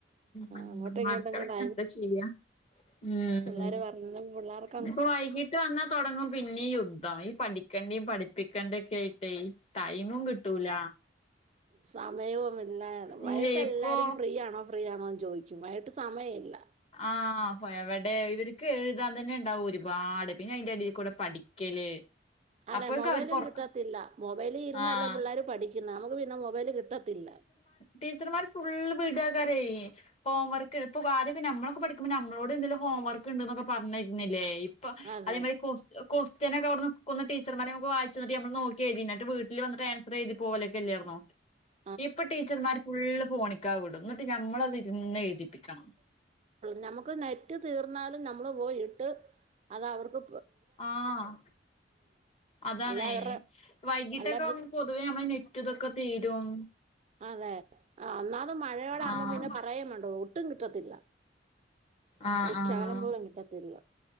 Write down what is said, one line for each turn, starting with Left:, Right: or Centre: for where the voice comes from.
Left: ഹ
Right: അങ്ങോട്ടും ഇങ്ങോട്ടും
Left: മക്കളൊക്കെ
Right: കൂടെ
Left: എന്താ ചെയ്യ ഉം
Right: ആര്പറഞ്ഞുത് പുള്ളാര്
Left: ഞ്ഞിപ്പൊ വൈകിട്ട് വന്നാ തുടങ്ങും പിന്നിം യുദ്ധം ഈ പഠിക്കേണ്ടീ പഠിപ്പിക്കേണ്ടി ഒക്കെ ആയി ഡേയ് ടൈമും കിട്ടൂല.
Right: സമയോം മില്ല വൈട്ടെല്ലാരും
Left: ഇല്ലേ ഇപ്പൊ
Right: ഫ്രീയാണോ? ഫ്രീയാണോന്ന് ചോയ്ച്ചും വൈയ്ട്ട് സമയല്ല
Left: ആഹ് അപ്പോ എവടെ ഇവർക്ക് എഴുതാൻ തെന്നെ ഇണ്ടാവും ഒരുപാട് പിന്നെ അയിന്റെ എടീൽകൂടെ പഠിക്കല്
Right: <inaudible> അതെ
Left: അപ്പോഴേക്കും
Right: മൊബൈലും
Left: അവർക്ക് ഒറ
Right: കിട്ടത്തില്ല മൊബൈല് ഇരുന്നല്ലേ
Left: ആഹ്
Right: പിള്ളാർ പഠിക്കുന്നേ നമുക്ക് പിന്നെ മൊബൈല് കിട്ടത്തില്ല
Left: ടീച്ചർമ്മാർ ഫുൾ വിടാകാരേ ഹോംവർക്ക് എഴുത് ഇപ്പോ അദ്യം നമ്മളൊക്കെ പഠിക്കുമ്പോ നമ്മളോട് എന്തെലും ഹോംവർക്ക് ഇണ്ട്ന്നൊക്കെ പറഞ്ഞെര്ന്നില്ലേ ഇപ്പൊ
Right: അതെ
Left: അതേമാതിരി കൊസ് കോസ്റ്റിൻ ഒക്കെവുട്ന്ന് സ്കൂൾന്ന് ടീച്ചർമാര് അമ്മക്ക് വായിച്ചെന്ന്ട്ട് നമ്മൾ നോക്കിയ്തിന്നട്ട് വീട്ടിൽ വന്ന്ട്ട് ആൻസർ എയ്തി പോലൊക്കെല്ലായിന്നോ
Right: <inaudible>
Left: ഇപ്പോ ടീച്ചർമാര് ഫുള്ള് ഫോണിക്കാ വിടും ന്നട്ട് ഞമ്മളത് ഇര്ന്ന് എഴുതിപ്പിക്കണം
Right: ഞമ്മക്ക് നെറ്റ് തീർന്നാലും നമ്മള് പോയി ഇട്ട് അതവർക്ക്
Left: ആഹ് അതാണേ
Right: അല്ല അവരുടെ
Left: വൈകിട്ടൊക്കാവുമ്പോ
Right: അല്ല
Left: പൊ പൊതുവേ നമ്മളെ നെറ്റുതൊക്കെ തീരും
Right: അതെ അഅന്നാലും മഴയോടെ ആകുമ്പോ
Left: ആഹ്
Right: പിന്നെ പറയുംവേണ്ട ഒട്ടും കിട്ടത്തില്ല.
Left: ആഹ്
Right: ഒരു ചാരം
Left: ആഹ്
Right: പോലുംകിട്ടത്തില്ല